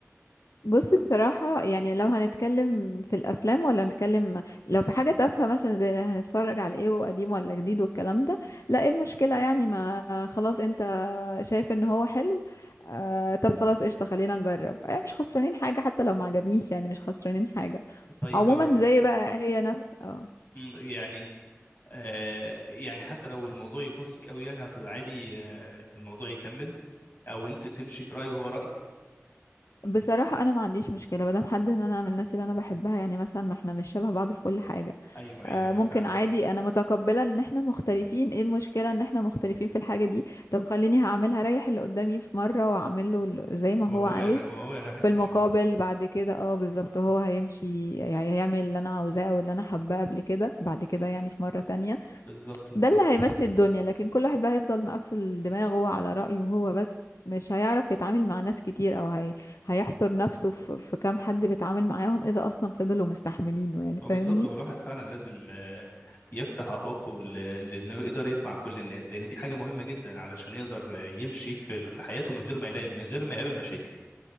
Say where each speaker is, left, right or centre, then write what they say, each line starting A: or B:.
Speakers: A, on the left; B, on the left.
A: بص بصراحة يعني لو هنتكلم في الأفلام ولا هنتكلم لو في حاجة تافهة مثلا زي هنتفرج على ايه وقديم ولا جديد والكلام ده لا ايه المشكلة يعني ما خلاص انت شايف ان هو حلو آه طب خلاص قشطة خلينا نجرب آه مش خسرانين حاجة حتى لو ما عجبنيش يعني مش خسرانين حاجة
B: طيب
A: عموما
B: لو
A: زي بقى هي نفس اه
B: م، يعني آه، يعني حتى لو الموضوع يخصك قوي يعني هت- عادي آه، الموضوع يكمل او انت تمشي في رأي وهو رأي
A: بصراحة انا ما عنديش مشكلة مادام حد ان انا من الناس اللي انا بحبها يعني مثلا ما احنا مش شبه بعض في كل حاجة
B: ايوه ايوه
A: آه،
B: ايوه
A: ممكن
B: فعلا
A: عادي انا متقبلة ان احنا مختلفين ايه المشكلة ان احنا مختلفين في الحاجة دي طب خليني هعملها ريح اللي قدامي في مرة واعمل له ال- زي ما
B: وهو
A: هو عاوز
B: يرا- وهو يريحك
A: في
B: في
A: المقابل
B: مرة
A: بعد كده اه بالظبط هو هيمشي يعني هيعمل اللي انا عاوزاه او اللي انا حباه قبل كده بعد كده
B: بنت-
A: يعني في مرة تانية
B: بالظبط بالظبط
A: ده اللي هيمشي الدنيا لكن كل واحد بقى هيفضل مقفل دماغه على رأيه هو بس مش هيعرف يتعامل مع ناس كتير او هي... هيحصر نفسه في... في كام حد بيتعامل معاهم اذا اصلا فضلوا مستحملينه يعني
B: هو
A: فاهمني
B: بالظبط هو الواحد فعلا لازم آه، يفتح آفاقه ل- لأنه يقدر يسمع كل الناس لأن دي حاجة مهمة جدا علشان يقدر يمشي في ال- في حياته من غير ما يلاقي من غير ما يقابل مشاكل